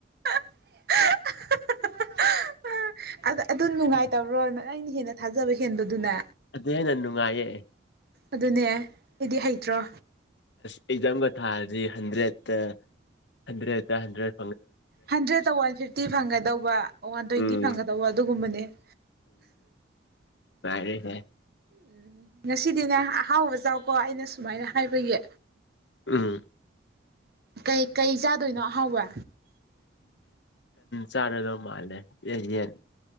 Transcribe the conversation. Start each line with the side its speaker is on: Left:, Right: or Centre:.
Right: <inaudible> ꯑ ꯑꯗꯨ ꯅꯨꯡꯉꯥꯏꯇꯕ꯭ꯔꯣ ꯅ ꯑꯩꯅ ꯍꯦꯟꯅ ꯊꯥꯖꯕ ꯍꯦꯟꯕꯗꯨꯅꯦ
Left: ꯑꯗꯨ ꯍꯦꯟꯅ ꯅꯨꯡꯉꯥꯏꯌꯦ
Right: ꯑꯗꯨꯅꯦ ꯑꯩꯗꯤ ꯍꯩꯇ꯭ꯔꯣ
Left: ꯑꯦꯛꯖꯝꯕ ꯊꯥꯔꯗꯤ ꯍꯟꯗ꯭ꯔꯦꯠꯇ ꯍꯟꯗ꯭ꯔꯦꯠꯇ ꯍꯟꯗ꯭ꯔꯦꯠ
Right: ꯍꯟꯗ꯭ꯔꯦꯠꯇ ꯋꯥꯟ ꯐꯤꯐꯇꯤ ꯐꯪꯒꯗꯧꯕ ꯋꯥꯟ ꯇ꯭ꯋꯦꯟꯇꯤ
Left: ꯎꯝ
Right: ꯐꯪꯒꯗꯧꯕ ꯑꯗꯨꯒꯨꯝꯕꯅꯤ <inaudible>
Left: ꯔꯦ ꯍꯥꯏ
Right: ꯎꯝ ꯉꯁꯤꯗꯤ ꯅꯪ ꯑꯍꯥꯎꯕꯖꯥꯎꯀꯣ ꯑꯩꯅ ꯁꯨꯃꯥꯏꯅ ꯍꯥꯏꯕꯒꯤ
Left: ꯎꯝ
Right: ꯀꯩ ꯀꯩ ꯆꯥꯗꯣꯏꯅꯣ ꯑꯍꯥꯎꯕ
Left: ꯆꯥꯔꯗꯣ ꯃꯥꯜꯂꯦ ꯌꯦ ꯌꯦꯅꯤ